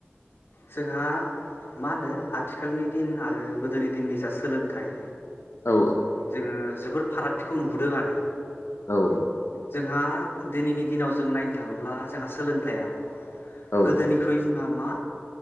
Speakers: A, on the left (about 60°); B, on the left (about 85°).
A: जोंहा मा होनदो आथिखालनि दिन आरो गोदोनि दिननि जा सोलोंथाइ
B: औ
A: जोङो जोबोर फारागथिखौ नुबोदों आरो
B: औ
A: जोंहा दिनैनि दिनाव जों नायनो थाङोब्ला जोंहा सोलोंथाइया
B: औ
A: गोदोनिख्रुइ जोंहा मा